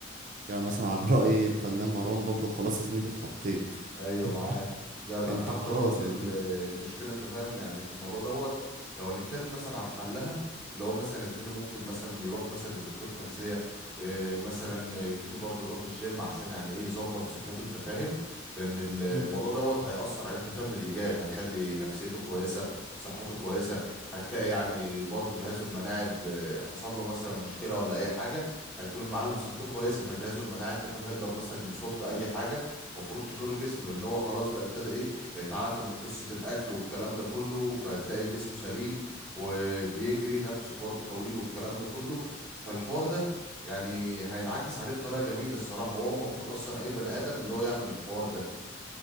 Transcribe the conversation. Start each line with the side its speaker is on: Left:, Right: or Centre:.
Right: يعني مثلا على رأي الفنان مروان بابلو خلاص يا زميلي اتحطيت
Centre: ايوه
Right: <laughs> انت
Centre: معاك جدع
Right: انت
Centre: حتى
Right: خلاص
Centre: برضو
Right: يا
Centre: ال-
Right: زميلي
Centre: المشكله انت فاهم يعني في الموضوع دوت لو هنتكلم مثلا على حلها اللي هو مثلا يا زميلي ممكن مثلا يروح مثلا لدكتور تغذيه إيه، مثلا يبتدي برضو يروح الجيم عشان يعني ايه يظبط صحته انت فاهم لان ال- الموضوع
Right: مم.
Centre: دوت هيأثر عليه انت فاهم بالايجاب هيخلي نفسيته كويسه صحته كويسه هتلاقي يعني برضو جهازه المناعي ب- حصل له مثلا مشكله ولا اي حاجه هيكون المعلم صحته كويسه فجهازه المناعي انت فاهم هيقدر مثلا يصد اي حاجه المفروض تضر جسمه لان هو خلاص بقى ابتدى ايه يتعافى من قصة الاكل والكلام ده كله فهتلاقي جسمه سليم وبيجري نفسه برضه طويل والكلام ده كله فالحوار ده يعني هينعكس عليه بطريقة جميلة الصراحة وهو المفروض اصلا اي بني ادم اللي هو يعمل الحوار ده